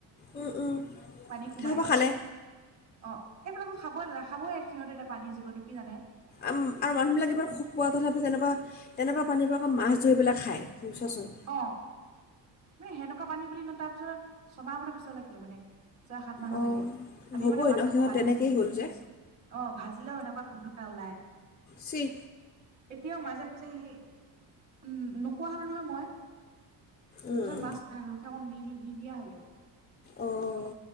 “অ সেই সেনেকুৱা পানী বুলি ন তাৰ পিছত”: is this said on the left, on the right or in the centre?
Right